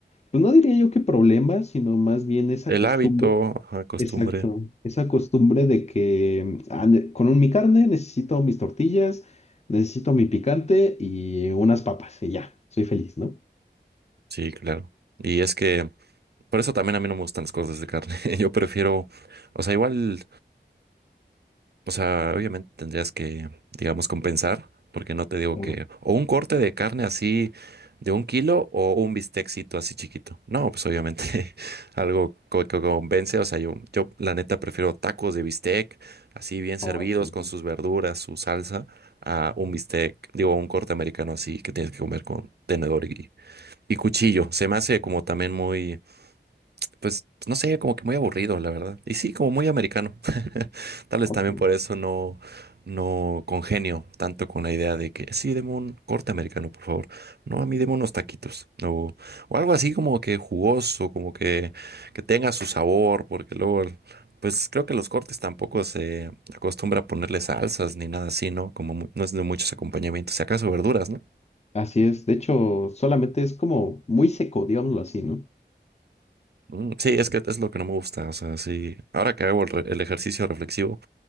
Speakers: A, on the left; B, on the right.
A: pues no diría yo que problema, sino más bien esa
B: El
A: costumbre
B: hábito, ajá, costumbre.
A: Exacto, esa costumbre de que ah, ne- con un- mi carne necesito mis tortillas, necesito mi picante y unas papas y ya, soy feliz, ¿no?
B: Sí, claro. Y es que por eso también a mí no me gustan los cortes de carne. <laughs> Yo prefiero, o sea, igual O sea, obviamente tendrías que, digamos, compensar, porque no te digo
A: Claro.
B: que, o un corte de carne así de un kilo o un bistecito así chiquito. No, pues obviamente <laughs> algo co- que convence. O sea, yo, yo la neta prefiero tacos de bistec, así bien servidos
A: No, sí.
B: con sus verduras, su salsa, a un bistec, digo, un corte americano así que tienes que comer con tenedor y, y cuchillo. Se me hace como también muy, pues, no sé, como que muy aburrido, la verdad. Y sí, como muy americano. Tal vez
A: Ok.
B: también por eso no, no congenio tanto con la idea de que sí, deme un corte americano, por favor. No, a mí deme unos taquitos. O, o algo así como que jugoso, como que, que tenga su sabor, porque luego, pues creo que los cortes tampoco se acostumbra a ponerle salsas ni nada así, ¿no? Como mu- no es de muchos acompañamientos, si acaso verduras, ¿no?
A: Así es, de hecho, solamente es como muy seco, digámoslo así, ¿no?
B: Mm, Sí, es que es lo que no me gusta, o sea, sí, ahora que hago el, re- el ejercicio reflexivo,